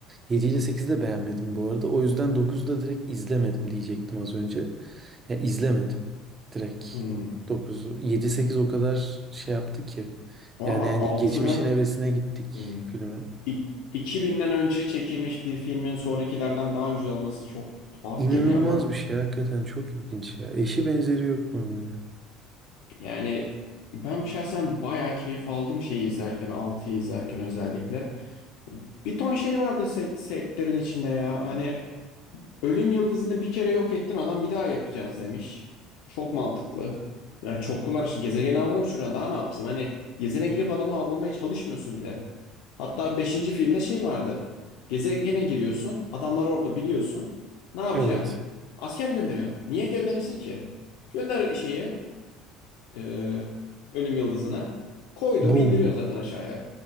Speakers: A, on the right (about 20°); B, on the left (about 75°).
A: 7 ile 8'i de beğenmedim bu arada. O yüzden dokuzu da direkt izlemedim diyecektim az önce. Ya izlemedim direkt
B: Hmm.
A: dokuzu. Yedi sekiz o kadar şey yaptı ki.
B: Valla
A: Yani hani
B: 6'nın
A: geçmişin hevesine gittik
B: hmm.
A: filme.
B: İk- 2000'den önce çekilmiş bir filmin sonrakilerden daha güzel olması çok tuhaf
A: İnanılmaz
B: geliyor ama
A: bir şey hakikaten çok ilginç ya. Eşi benzeri yok bunun ya.
B: Yani ben şahsen bayağı keyif aldım şeyi izlerken, altıyı izlerken özellikle. Bir ton şey vardı sek- sektörün içinde ya. Hani ölüm yıldızını bir kere yok ettin adam bir daha yapacağız demiş. Çok mantıklı. Ya çok kullanışlı. Gezegeni havaya uçuran daha ne yapsın? Hani gezene girip adamı avlamaya çalışmıyorsun bile. Hatta beşinci filmde şey vardı. Gezegene giriyorsun. Adamlar orada biliyorsun. Ne yapacaksın?
A: Evet.
B: Asker gönderiyorsun. Niye gönderesin ki? Gönder şeyi e, ölüm Yıldızını Koydum
A: Boom.
B: indiriyor zaten aşağıya.